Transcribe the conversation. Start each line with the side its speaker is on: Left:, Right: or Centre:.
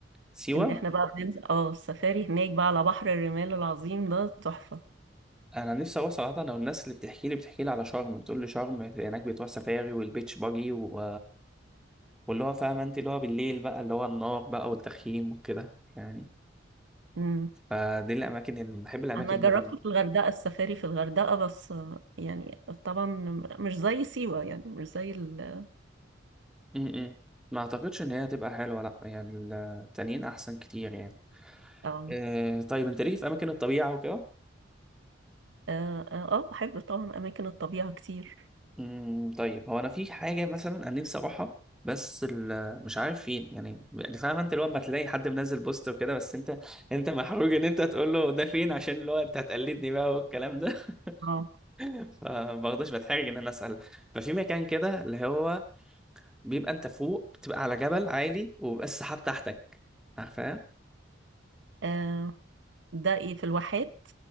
Centre: سيوة
Right: إن إحنا بقى بننزل اه السفاري هناك بقى على بحر الرمال العظيم ده تحفة
Centre: انا نفسي اروح صراحه لو الناس اللي بتحكي لي بتحكي لي على شرم بتقول لي شرم هناك بتروح سفاري والبيتش باجي و... واللي هو فاهم انت اللي هو بالليل بقى اللي هو النار بقى والتخييم وكده يعني
Right: مم.
Centre: فدي الاماكن اللي بحب الاماكن
Right: أنا جربت
Centre: دي قوي
Right: في الغردقة السفاري في الغردقة بس يعني طبعا مش زي سيوة يعني مش زي ال
Centre: م-م. ما اعتقدش ان هي هتبقى حلوه لا يعني التانيين احسن كتير يعني
Right: اه
Centre: أه طيب انت ليك في اماكن الطبيعه وكده
Right: اه آه، آه، بحب طبعا أماكن الطبيعة كتير
Centre: امم طيب هو انا في حاجه مثلا انا نفسي اروحها بس ال- مش عارف فين يعني يعني فاهم انت اللي هو لما تلاقي حد منزل بوست وكده بس انت انت محروج ان انت تقول له ده فين عشان اللي هو انت هتقلدني بقى والكلام ده
Right: اه
Centre: <laughs> فبرضه بتحرج ان انا اسال ففي مكان كده اللي هو بيبقى انت فوق بتبقى على جبل عالي وبيبقى السحاب تحتك عارفاه
Right: آه، ده إيه في الواحات